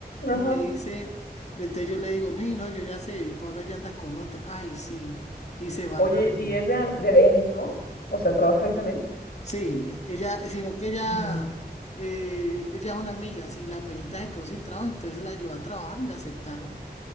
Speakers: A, on the left (about 65°); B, on the left (about 40°).
A: Ajá.
B: Me dice, entonces yo le digo, no, no, yo ya sé, Paula ya anda con otro. Ay, sí. Y se van
A: Oye,
B: a ver.
A: ¿y es de, a- de ahí mismo? O sea, ¿trabaja
B: No,
A: ahí también?
B: Sí, ella, sino que ella,
A: No.
B: eh, ella es una amiga. Si la amiguita se quedó sin trabajo, entonces la llevó a trabajar y la aceptaron.